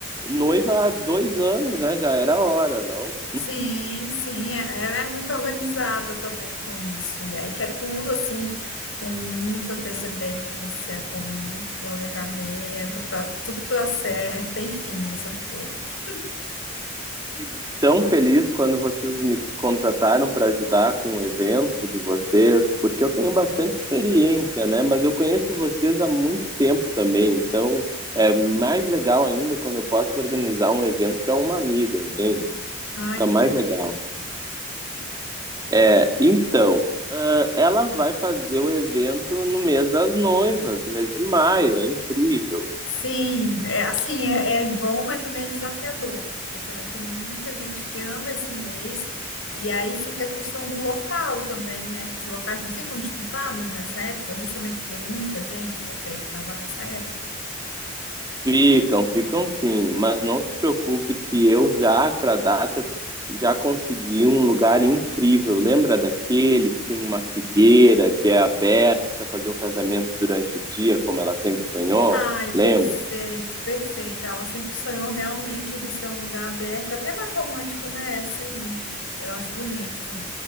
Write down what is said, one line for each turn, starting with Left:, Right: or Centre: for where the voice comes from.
Right: noiva há dois anos, né? Já era hora, não?
Left: Sim, sim, é- ela é muito organizada também com isso. E aí que é tudo assim, com muita antecedência, com muito planejamento, para tudo dar certo, enfim, essas coisas.
Right: Fiquei tão feliz quando vocês me contrataram para ajudar com o evento de vocês, porque eu tenho bastante experiência, né? Mas eu conheço vocês há muito tempo também, então é mais legal ainda quando eu posso organizar um evento para uma amiga, entende?
Left: Ai,
Right: Fica
Left: que
Right: mais
Left: legal.
Right: legal. É, então, ah, ela vai fazer o evento no mês das noivas, no mês de maio, é incrível.
Left: Sim, é assim, é, é bom, mas também é desafiador, porque também tem muita gente que ama esse mês, e aí fica a questão do local também, né? Que os locais não ficam disputados nessa época, justamente porque muita gente pretende casar nessa época.
Right: Ficam, ficam sim, mas não se preocupe que eu já, para a data, já consegui um lugar incrível. Lembra daquele que tem uma figueira que é aberta para fazer o casamento durante o dia, como ela sempre sonhou?
Left: Ai,
Right: Lembra?
Left: perfeito, perfeito. Ela sempre sonhou realmente de ser um lugar aberto, até mais romântico, né? Assim, eu acho bonito.